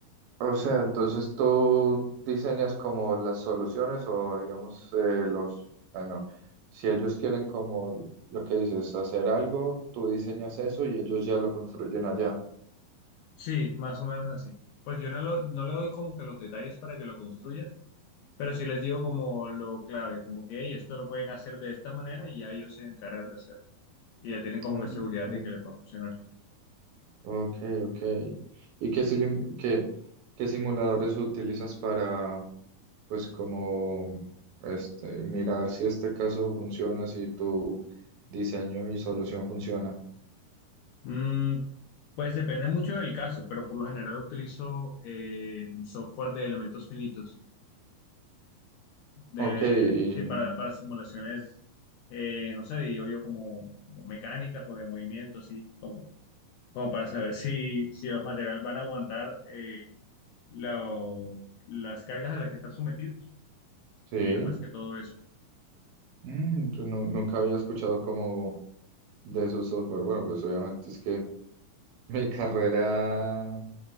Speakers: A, on the right (about 75°); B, on the left (about 80°).
A: o sea, entonces tú diseñas como las soluciones o digamos eh, los, bueno, si ellos quieren como lo que dices, hacer algo, tú diseñas eso y ellos ya lo construyen allá.
B: Sí, más o menos así. Pues yo no, lo- no le doy como que los detalles para que lo construyan, pero sí les digo como lo clave, como que "Hey, esto lo pueden hacer de esta manera y ya ellos se encargan de hacerlo. y ya tienen como
A: Ah,
B: que seguridad
A: ok,
B: de que les va a funcionar.
A: ok, ok. ¿Y qué, silim- qué, qué simuladores utilizas para, pues, como, este, mirar si este caso funciona, si tu diseño y solución funciona?
B: Mm, pues depende mucho del caso, pero por lo general utilizo eh, software de elementos finitos, de,
A: Ok, y-
B: sí, para, para simulaciones, eh, no sé, digo yo como, como mecánicas o de movimiento, así, como, como para saber si, si los materiales van a aguantar eh, lo- las cargas a las que están sometidos
A: sí.
B: y ya más que todo eso.
A: Mm, yo nu- nunca había escuchado como de esos software. Bueno, pues obviamente es que <laughs> mi carrera